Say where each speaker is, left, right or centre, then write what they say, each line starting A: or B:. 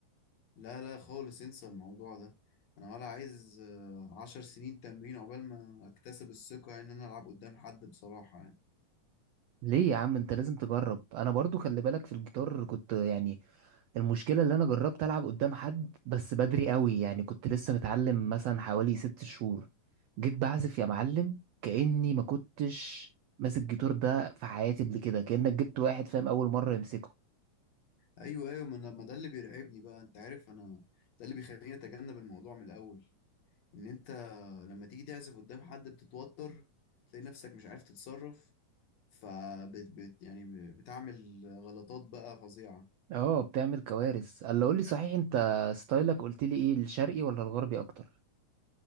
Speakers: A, on the left; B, on the right.
A: لا لا خالص انسى الموضوع ده انا ولا عايز آه، عشر سنين تمرين عقبال ما اكتسب الثقة يعني ان انا العب قدام حد بصراحة يعني
B: ليه يا عم انت لازم تجرب انا برضو خلي بالك في الجيتار كنت يعني المشكلة اللي انا جربت العب قدام حد بس بدري قوي يعني كنت لسه متعلم مثلا حوالي ست شهور جيت بعزف يا معلم كأني ما كنتش ماسك جيتار ده في حياتي قبل كده كأنك جبت واحد فاهم اول مرة يمسكه
A: ايوه ايوه ما أنا- ما ده اللي بيرعبني بقى انت عارف انا ده اللي بيخليني اتجنب الموضوع من الاول ان انت لما تيجي تعزف قدام حد بتتوتر تلاقي نفسك مش عارف تتصرف فبت بت يعني بتعمل غلطات بقى فظيعة
B: اه بتعمل كوارث قال له قول لي صحيح انت ستايلك قلت لي ايه الشرقي ولا الغربي اكتر